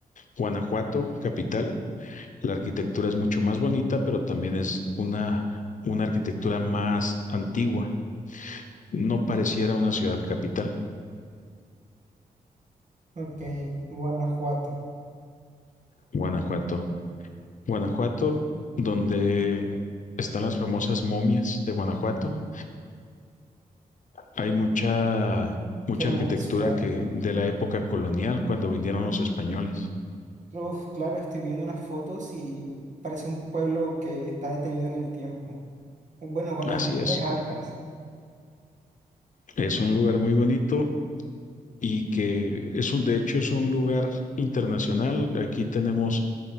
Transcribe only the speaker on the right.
Ok, Guanajuato.
Qué hermosa
ciudad.
Uf, claro, estoy viendo unas fotos y parece un pueblo que está detenido en el tiempo. Bueno, con las
ventanas
altas.